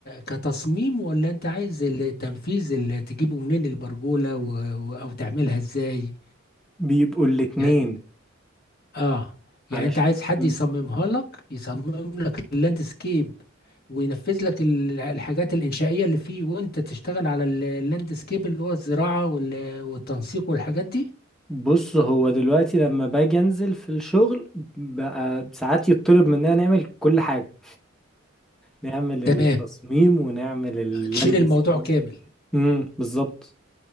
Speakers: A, on the left; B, in the centre.
A: كتصميم ولا انت عايز التنفيذ اللي تجيبه منين البرجولة و... و- او تعملها ازاي
B: بيبقوا الاتنين
A: يعني اه
B: علشان
A: يعني انت عايز حد
B: مم.
A: يصممها لك يصمم لك اللاندسكيب وينفذ لك ال- الحاجات الإنشائية اللي فيه وانت تشتغل على ال- اللاندسكيب اللي هو الزراعة وال- والتنسيق والحاجات دي
B: بص هو دلوقتي لما باجي انزل في الشغل بقى ساعات يطلب مننا نعمل كل حاجه نعمل
A: تمام
B: التصميم ونعمل اللاندسكيب
A: تشيل الموضوع كامل
B: امم بالظبط